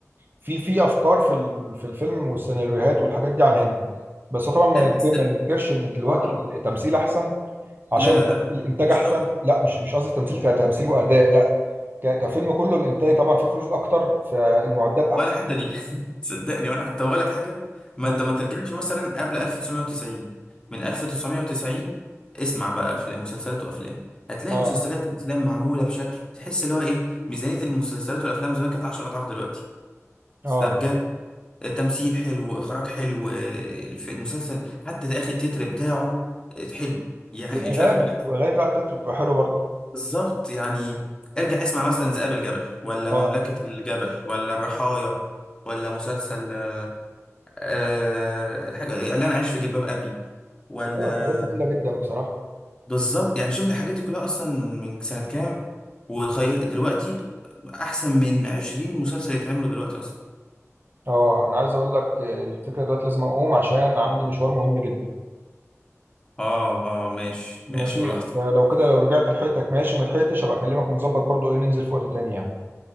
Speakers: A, on the right; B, on the left.
A: في في افكار في ال- في الفيلم والسيناريوهات والحاجات دي عن هنا بس هو طبعا ما
B: لا تحس
A: ينك- ما ننكرش ان دلوقتي
B: اه
A: التمثيل احسن عشان
B: لا لا لا لا
A: الانتاج
B: مش
A: احسن
B: قوي
A: لا مش مش قصدي تمثيل كتمثيل واداء لا ك- كفيلم كله الانتاج طبعا فيه فلوس اكتر فالمعدات احسن
B: ولا حتى دي <laughs> صدقني ولا حتى بقول لك حاجه ما
A: اه
B: انت ما ترجعش مثلا قبل 1990 من 1990 اسمع بقى افلام مسلسلات وافلام هتلاقي
A: اه
B: مسلسلات وافلام معموله بشكل تحس اللي هو ايه ميزانيه المسلسلات والافلام زمان كانت 10 اضعاف دلوقتي
A: آه.
B: ده بجد تمثيل حلو اخراج حلو آه، الف- المسلسل حتى اخر التتر بتاعه آه، حلو يعني
A: والاغاني
B: مش عارف اقول لك
A: والاغاني
B: إيه.
A: بتاعت التتر بتبقى حلوه برضو
B: بالظبط يعني ارجع اسمع مثلا ذئاب الجبل ولا
A: اه
B: مملكه الجبل ولا الرحايا ولا مسلسل أه الحاجة اللي انا عايش في جلباب ابي ولا
A: اه الحاجات دي تقيله جدا بصراحه
B: بالظبط يعني شوف الحاجات دي كلها اصلا من سنة كام وخي... دلوقتي احسن من 20 مسلسل يتعملوا دلوقتي اصلا
A: اه انا عايز اقول لك آه، الفكره دلوقتي لازم اقوم عشان عندي مشوار مهم جدا
B: اه اه ماشي ماشي
A: ماشي
B: براحتك
A: فلو كده لو رجعت لحقتك ماشي ما لحقتش هبقى اكلمك ونظبط برضو ايه ننزل في وقت تاني يعني